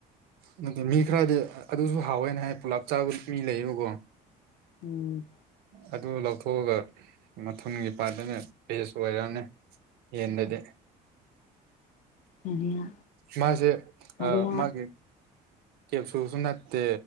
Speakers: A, on the right (about 70°); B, on the left (about 50°).
A: ꯑꯗꯨꯠꯇꯗꯤ ꯃꯤ ꯈꯔꯗꯤ ꯑꯗꯨꯁꯨ ꯍꯥꯎꯋꯦꯅ ꯍꯥꯏ ꯄꯨꯂꯥꯞ ꯆꯥꯕ ꯃꯤ ꯂꯩꯌꯦꯕꯀꯣ
B: ꯎꯝ
A: ꯑꯗꯨ ꯂꯧꯊꯣꯛꯑꯒ ꯃꯊꯒꯤ ꯄꯥꯠꯇꯅꯦ ꯦꯁ ꯑꯣꯏꯔꯛꯅꯤ ꯌꯦꯟꯗꯗꯤ
B: ꯀꯔꯤꯌꯥ
A: ꯃꯥꯁꯦ
B: ꯀꯔꯤꯌꯥ
A: ꯑ ꯃꯥꯒꯤꯦ ꯀ ꯅꯠꯇꯦ